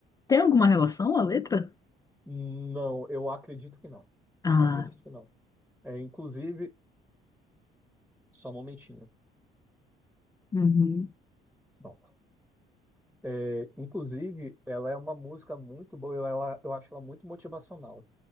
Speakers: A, on the left; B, in the centre.
A: Tem alguma relação a letra?
B: Não, eu acredito que não.
A: Ah,
B: Acredito que não. É, inclusive, só um momentinho.
A: uhum.
B: Bom, é, inclusive, ela é uma música muito boa. eu- Ela, eu acho ela muito motivacional.